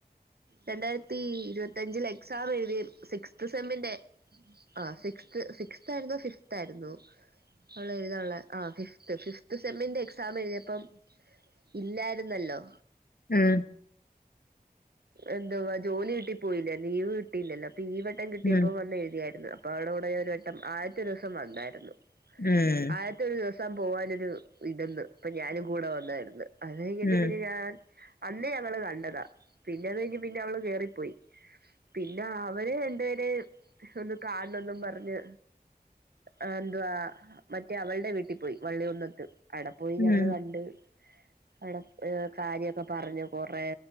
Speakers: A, on the right; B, on the left.
A: രണ്ടായിരത്തി ഇരുപത്തഞ്ചിലെ ക്സാമെഴുതി സിക്സ്ത് സെമ്മിന്റെ. ആ സിക്സ്ത് സിക്സ് തായിരുന്നോ ഫിഫ് തായിരുന്നൊ? അവളെഴുതാള്ളെ ആഹ് ഫിഫ്ത് ഫിഫ്ത് സെമ്മിന്റെ എക്സാം എഴുതിയപ്പം ഇല്ലാരുന്നല്ലോ.
B: ഉം
A: എന്തവാ ജോലി കിട്ടിപ്പോയില്ലെ ലീവ് കിട്ടില്ലല്ലോ അപ്പീ വട്ടം കിട്ടിയപ്പോ
B: ഉം
A: വന്നെഴുതിയാര്ന്നു. പ്പവള കൂടെ ഒരുവട്ടം ആയത്തൊരൂ സം വന്നായിര്ന്നു
B: ഊം.
A: ആദ്യത്തെ ഒരു ദിവസം പോവാനൊരു ഇത് ന്ന് പ്പ ഞാനും കൂടെ വന്നായിരുന്നു അത് കൈഞ്ഞിട്ട്
B: ഉം
A: പിന്നെ ഞാൻ അന്ന് ഞങ്ങള് കണ്ടതാ പിന്നെ അത് കൈഞ്ഞ് പിന്നെ അവള് കേറിപ്പോയി. പിന്നെ അവര് രണ്ടുപേരെ ഒന്ന് കാണൊന്നും പറഞ്ഞ് അ ന്തുവാ മറ്റേ അവൾടെ വീട്ടി പോയി വള്ളികുന്നത്ത്. ആടെ പോയി ഞങ്ങള്
B: ഉം
A: കണ്ട് അവിടെ എ കാര്യൊക്കെ പറഞ് കൊറേ